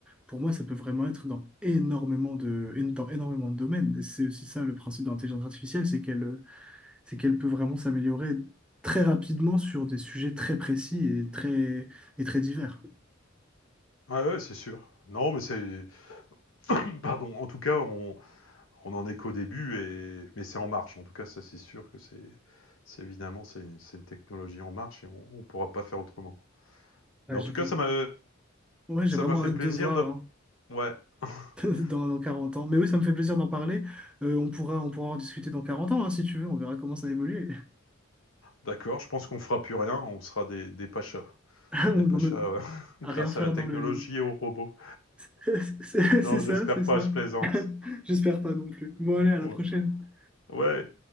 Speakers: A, in the centre; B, on the left (about 75°).
A: pour moi, ça peut vraiment être dans énormément de, éno- dans énormément de domaines. Et c'est aussi ça le principe de l'intelligence artificielle, c'est qu'elle, euh, c'est qu'elle peut vraiment s'améliorer très rapidement sur des sujets très précis et très, et très divers.
B: Ouais, ouais, c'est sûr. Non, mais c'est... <coughs> Pardon, en tout cas, on, on en est qu'au début, et... mais c'est en marche, en tout cas, ça c'est sûr que c'est... C'est évidemment, c'est une, c'est une technologie en marche et on ne pourra pas faire autrement.
A: Ouais,
B: Mais en
A: j'ai
B: tout cas,
A: vra-
B: ça m'a,
A: Ouais, j'ai
B: Ça
A: vraiment
B: m'a fait
A: hâte
B: plaisir
A: de voir
B: de.
A: hein,
B: Ouais, <laughs>
A: <laughs> dans, dans 40 ans. Mais oui, ça me fait plaisir d'en parler. Euh, on pourra, on pourra en discuter dans 40 ans, hein, si tu veux. On verra comment ça évolue.
B: d'accord, je pense qu'on fera plus rien, on sera des, des pachas.
A: <laughs> On
B: Des pachas
A: ne-
B: euh, <laughs> grâce
A: À rien faire
B: à la technologie
A: dans le lit.
B: et aux robots.
A: <laughs> C'est c'est
B: Non,
A: ça,
B: j'espère
A: c'est
B: pas,
A: ça.
B: je plaisante.
A: <laughs> J'espère pas non plus. Bon, allez, à
B: Ouais,
A: la prochaine.
B: Ouais,